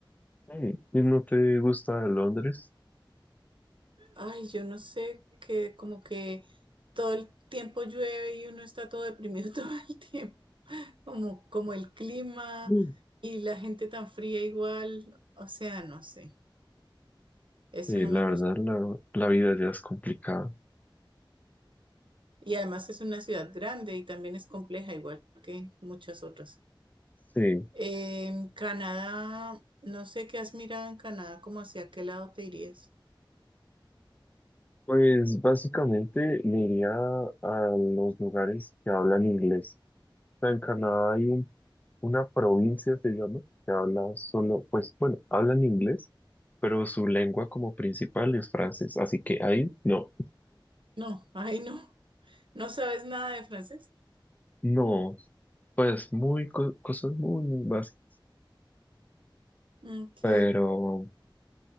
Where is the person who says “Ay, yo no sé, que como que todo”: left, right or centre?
Right